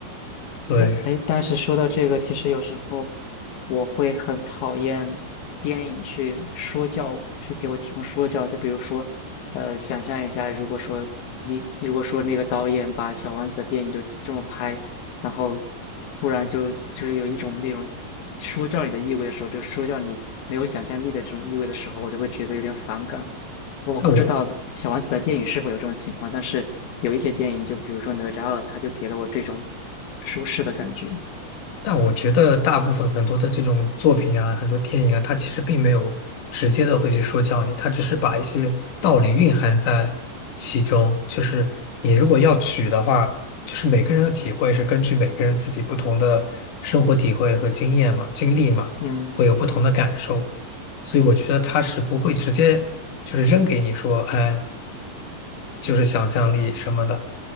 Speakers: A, on the left; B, on the left.
A: 对，
B: 但哎，但是说到这个，其实有时候我会很讨厌电影去说教，去给我提供说教。就比如说，呃，想象一下，如果说你如果说那个导演把《小王子》的电影就这么拍，然后突然就就是有一种那种说教你的意味的时候，就说教你没有想象力的这种意味的时候，我就会觉得有点反感。我不知道小王子的电影是否有这种情况，
A: 但我
B: 但是有一些电影，就比如说《哪吒二》，它就给了我这种舒适的感觉。
A: 但我觉得大部分很多的这种作品啊，很多电影啊，它其实并没有直接的会去说教你，它只是把一些道理蕴含在其中。就是你如果要取的话，就是每个人的体会是根据每个人自己不同的生活体会和经验嘛、经历嘛，
B: 嗯，
A: 会有不同的感受。所以我觉得它是不会直接就是扔给你说，哎，就是想象力什么的，